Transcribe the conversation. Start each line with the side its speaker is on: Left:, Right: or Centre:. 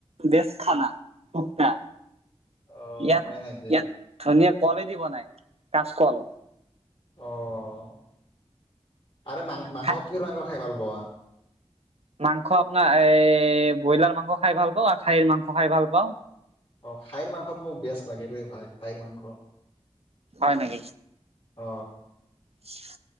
Right: বেশখানা ভোকটা।
Left: অ'
Right: ইয়াত
Left: হয় নেকি
Right: ইয়াত ধনিয়া। কলেদি বনাই কাচকল।
Left: আহ' আৰে মাং মাংস
Right: খাই
Left: কিহৰ মাংস খাই ভাল। কোৱা
Right: মাংস আপোনাৰ এ ব্ৰইলাৰ মাংস খাই ভাল পাওঁ আৰু খাহীৰ মাংস খাই ভাল পাওঁ।
Left: অ খাইৰ মাংসত মোক বেষ্ট লাগে ৰে ভাই খাইৰ মাংস।
Right: হয় নেকি।
Left: অ
Right: হয়